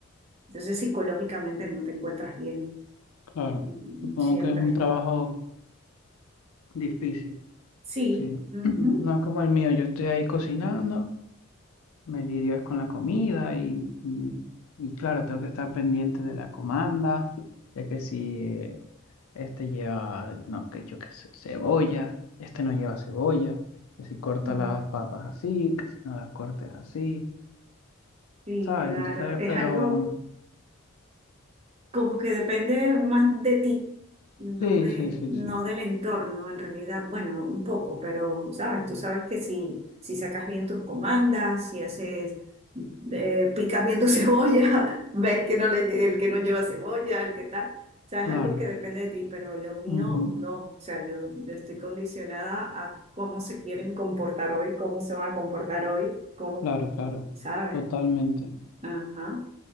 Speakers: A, on the right; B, on the left.
A: Entonces, psicológicamente no te encuentras bien
B: claro.
A: Mm,
B: Supongo
A: Siempre.
B: que es un trabajo difícil,
A: Sí.
B: sí.
A: ujú.
B: <clears throat> No es como el mío, yo estoy ahí cocinando, me lidio es con la comida y, y, y claro, tengo que estar pendiente de la comanda, de que si eh, este lleva, no, que yo qué sé, cebolla, este no lleva cebolla, que si corta
A: Mm,
B: las papas así, que si no las cortes así,
A: Sí,
B: ¿sabes?
A: claro.
B: Entonces,
A: Es
B: pero...
A: algo.
B: mm,
A: como que depende más de ti, no
B: Sí,
A: de,
B: sí, sí,
A: no
B: sí.
A: del entorno en realidad. Bueno, un poco, pero sabes, tú sabes que si, si sacas bien tus comandas, si haces, eh, picas bien tu <laughs> cebolla, ves que no le, el que no lleva cebolla, el que tal. O sea,
B: Claro,
A: es algo que depende de ti, pero lo mío
B: ujú,
A: no. O sea, yo, yo estoy condicionada a cómo se quieren comportar hoy, cómo se van a comportar hoy, cómo,
B: Claro, claro,
A: ¿sabes?
B: totalmente.
A: Ajá,